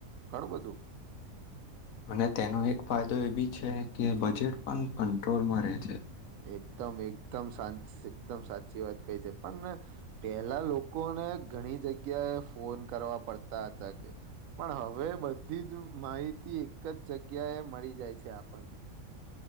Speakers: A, on the right; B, on the left.
A: ઘણું બધું
B: અને તેનો એક ફાયદો એ બી છે કે બજેટ પન કંટ્રોલમાં રેહ છે.
A: એકદમ એકદમ સા એકદમ સાચી વાત કઈ છે પન પેલા લોકોને ઘણી જગ્યા એ ફોન કરવા પડતા અતા કે પણ હવે બધી જ માહિ તી એક જ જગ્યાએ મળી જાય છે આપણને